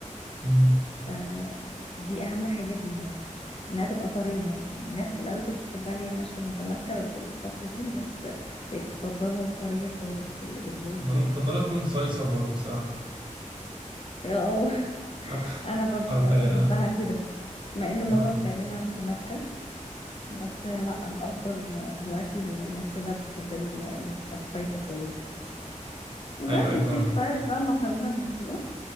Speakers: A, on the right; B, on the left.
A: امم
B: آه، دي أهم حاجة فيها إنها تبقى طرية الناس في الأول كانت بتحبها اللي هي الناشفة المتماسكة بس الفترة دي الناس بقت تفضلها الطرية خالص اللي بتبوظ
A: ما انا بفضلها تكون صيصة برضو بصراحة
B: اه
A: <laughs>
B: انا برضو
A: عارفة
B: بقيت احبها
A: اه
B: كده مع ان ماما
A: اه
B: بتعملها متماسكه بس لا الافضل دلوقتي الناس كلها بتحب ال- اللي بتبقى الصيصه خالص دي بس
A: ايوه ايوه
B: وبتتفرد
A: فاهمك
B: بقى المكرونه المسلوقه